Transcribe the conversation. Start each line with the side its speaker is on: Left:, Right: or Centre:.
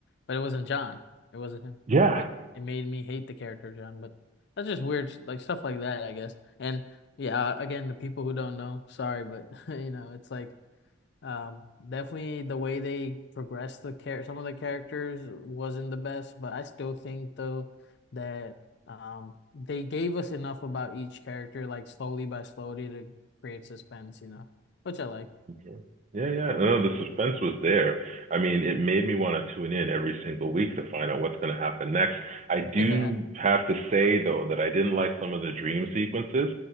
Left: but it wasn't John. It wasn't him.
Right: Yeah.
Left: But it made me hate the character of John, but that's just weird, like stuff like that, I guess. And yeah, again, the people who don't know, sorry, but <laughs> you know, it's like um definitely the way they progressed the care some of the characters wasn't the best, but I still think though that um they gave us enough about each character like slowly by slowly to create suspense, you know, which I like.
Right: Okay. Yeah, yeah. No, the suspense was there. I mean, it made me want to tune in every single week to find out what's going to happen next. I
Left: <laughs>
Right: do
Left: Yeah.
Right: have to say, though, that I didn't like some of the dream sequences.